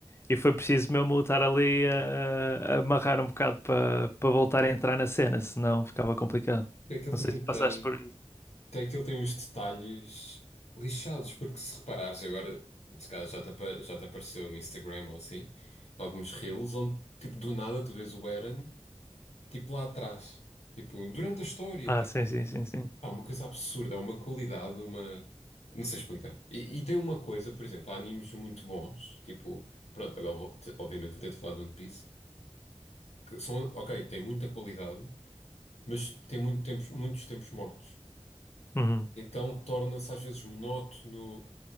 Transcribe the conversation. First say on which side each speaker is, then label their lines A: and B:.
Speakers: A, on the left; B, on the left.
A: E foi preciso mesmo eu estar ali a, a amarrar um bocado para para voltar a entrar na cena, senão ficava complicado.
B: Aquilo
A: Não
B: também
A: sei se
B: tem,
A: passaste por isso.
B: tem, aquilo tem uns detalhes lixados, porque se reparares agora, se calhar já te, apa- já te apareceu no Instagram ou assim, alguns reels onde, tipo, do nada tu vês o Eren, tipo, lá atrás. Tipo, durante a história,
A: Ah,
B: tipo,
A: sim, sim, sim, sim.
B: pá, uma coisa absurda, uma qualidade, uma... Não sei explicar. E, e tem uma coisa, por exemplo, há animes muito bons, tipo, pronto, agora vou, te- obviamente vou ter de falar de One Piece, que são, ok, têm muita qualidade, mas têm muito tempos, muitos tempos mortos.
A: Uhum.
B: Então torna-se às vezes monótono,